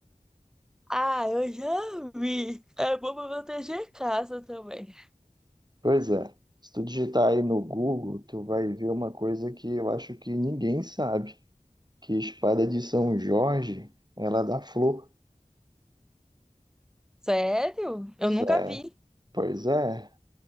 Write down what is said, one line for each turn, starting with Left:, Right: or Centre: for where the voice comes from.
Centre: Ah, eu já vi. É bom pra proteger casa também.
Right: Pois é. Se tu digitar aí no Google, tu vai ver uma coisa que eu acho que ninguém sabe, que espada de São Jorge, ela dá flor.
Centre: Sério? Eu
Right: Sério.
Centre: nunca vi.
Right: Pois é.